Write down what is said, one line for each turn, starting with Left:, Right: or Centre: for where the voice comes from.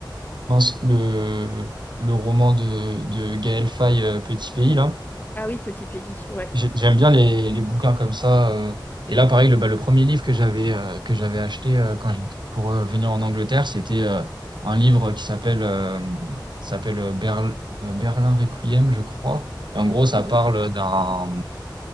Right: mince, le le roman de de Gaël Faye, euh, Petit Pays là.
Left: Ah oui, Petit Peggy, ouais.
Right: J'ai- J'aime bien les, les bouquins comme ça. euh. Et là, pareil, le, bah, le premier livre que j'avais euh, que j'avais acheté euh, quand j'ai- pour euh, venir en Angleterre, c'était euh, un livre qui s'appelle euh, s'appelle euh, Berl- euh, Berlin Requiem, je crois. Et en gros, ça
Left: Mhm.
Right: parle d'un